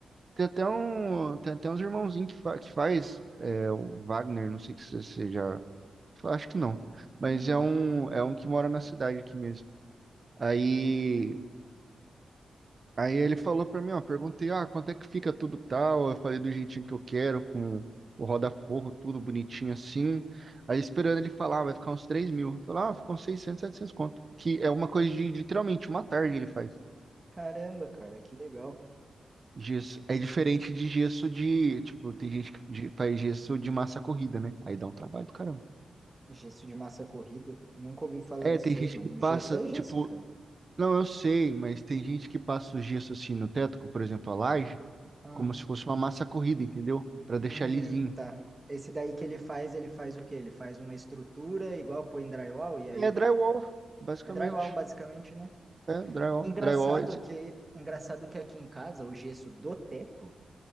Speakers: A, on the right; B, on the right.
A: tem até um, tem até uns irmãozinhos que, fa, que faz é, o Wagner, não sei se você você já. Acho que não. Mas
B: Não.
A: é um, é um que mora na cidade aqui mesmo. Aí Aí ele falou pra mim, ó, perguntei, ah, quanto é que fica tudo tal? Eu falei do jeitinho que eu quero, com o roda-forro, tudo bonitinho assim. Aí esperando ele falar, vai ficar uns 3 mil. Falar, ah, ficou uns 600, 700 conto. Que é uma coisa de literalmente uma tarde ele faz.
B: Caramba, cara, que legal.
A: Gesso. É diferente de gesso de, tipo, tem gente que ge- faz gesso de massa corrida, né? Aí dá um trabalho do caramba.
B: Gesso de massa corrida? Nunca ouvi falar
A: É,
B: nisso
A: tem
B: daí,
A: gente
B: mano.
A: que passa,
B: Gesso é gesso,
A: tipo,
B: cara.
A: não, eu sei, mas tem gente que passa o gesso assim no teto, como, por exemplo, a laje,
B: Ah,
A: como se fosse uma massa corrida, entendeu? Pra
B: hum,
A: deixar lisinho.
B: tá. Esse daí que ele faz, ele faz o quê? Ele faz uma estrutura igual põe drywall e aí
A: É drywall, basicamente.
B: é drywall basicamente, né?
A: É drywall.
B: Engraçado
A: Drywall é esse.
B: que engraçado que aqui em casa o gesso do teto,